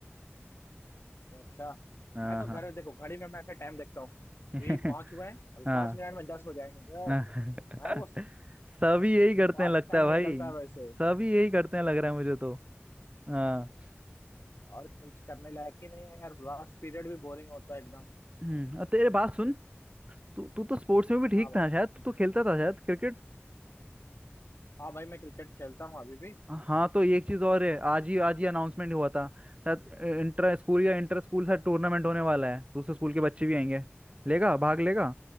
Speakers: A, on the left; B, on the right.
A: अच्छा
B: हाँ
A: मैं तो
B: हाँ
A: घर देखो घड़ी में मैं ऐसे टाइम देखता हूँ
B: <laughs>
A: अभी पाँच हुए हैं अभी
B: हाँ
A: पाँच मिनट में दस हो जाएंगे दस
B: हाँ। <laughs>
A: मैं वो
B: सभी यही करते
A: फास्ट
B: हैं लगता
A: टाइम
B: है
A: निकलता
B: भाई
A: है वैसे
B: सभी यही करते हैं लग रहा है मुझे तो हाँ
A: और कुछ करने लायक ही नहीं है यार लास्ट पीरियड भी बोरिंग होता है एकदम
B: हम्म, और तेरे बात सुन तू तू तो स्पोर्ट्स में भी ठीक
A: हाँ बताओ
B: था शायद तू तो खेलता था शायद क्रिकेट
A: हाँ भाई मैं क्रिकेट खेलता हूँ अभी भी
B: हाँ तो ये एक चीज और है आज ही आज ही अनाउंसमेंट हुआ था शायद इंटर स्कूल या इंटर स्कूल शायद टूर्नामेंट होने वाला है दूसरे स्कूल के बच्चे भी आएंगे लेगा भाग लेगा